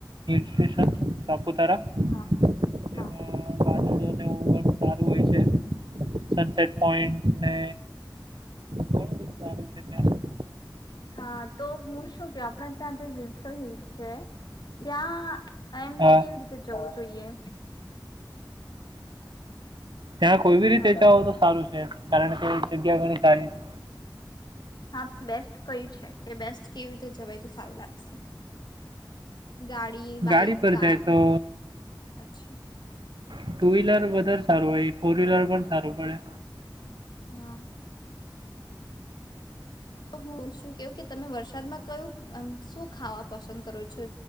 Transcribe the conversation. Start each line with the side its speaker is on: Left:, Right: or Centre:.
Right: સ્ટેશન
Left: હા
Right: સપુતારા.
Left: હા
Right: જેમા
Left: હા
Right: વાદળો ને એવું ઘણુ સારુ હોય છે. સનસેટ પોઈન્ટ ને ઘણું બધું સારું છે ત્યાં
Left: હા તો હું શું કેવ આપડા ત્યાં જે વિલસન હિલ છે. ત્યાં એમ
Right: હા
Left: કેવી રીતે જવું જોઈએ.
Right: ત્યાં કોઈ બી રીતે
Left: હલો.
Right: જાવ તો સારું છે, કારણ કે જગ્યા ઘણી સારી છે.
Left: હા બેસ્ટ કયુ છે, કે બેસ્ટ કેવી રીતે જવાય તો સારું લાગશે ગાડી, બાઈક,
Right: ગાડી પર
Left: કાર
Right: જાય તો
Left: અચ્છા
Right: ટુ વ્હીલર વધારે સારુ હોય, ફોર વ્હીલર પણ સારુ પડે
Left: હા તો હું શું કેવ કે તમે વરસાદમાં કયુંમ શું ખાવા પસંદ કરો છો.